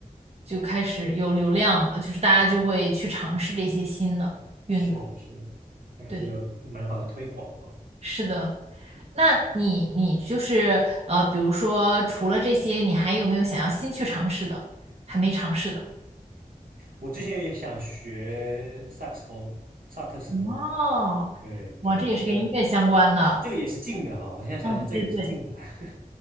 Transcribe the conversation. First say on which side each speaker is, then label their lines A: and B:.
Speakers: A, on the right (about 45°); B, on the right (about 75°).
A: 就开始有流量了，就是大家就会去尝试这些新的运动。
B: 是是，那还是有蛮好的推广啊。
A: 对，是的。
B: 嗯。
A: 那你你就是呃，比如说除了这些，你还有没有想要新去尝试的，还没尝试的？
B: 我之前也想学萨克斯风，萨克斯风。
A: 哦，
B: 对对，
A: 哇，这也是跟音乐相关的。
B: 这个这个也是近的哈，我现在想想，
A: 哦，
B: 这个也是近的
A: 对对对。
B: <laughs>